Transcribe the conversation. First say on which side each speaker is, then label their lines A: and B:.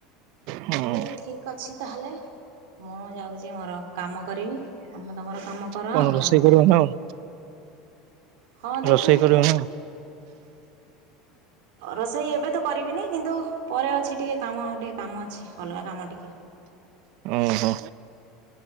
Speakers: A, on the right (about 55°); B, on the right (about 80°).
A: ହଁ
B: ହଉ ଠିକ ଅଛି। ତାହେଲେ ମୁଁ ଯାଉଛି ମୋର କାମ କରିବି ତମେ ତମର କାମ କର
A: କଣ
B: ଆଉ
A: ରୋଷେଇ
B: ତାହେଲେ।
A: କରିବ ନା କଣ?
B: ହଁ ଦେଖୁଛି
A: ରୋଷେଇ କରିବ ନା କଣ?
B: ରୋଷେଇ ଏବେ ତ କରିବିନି କିନ୍ତୁ ପରେ ଅଛି ଟିକେ କାମ ଆଉ ଟିକେ କାମ ଅଛି ଅଲଗା କାମ ଟିକେ।
A: ଓ ହୋ।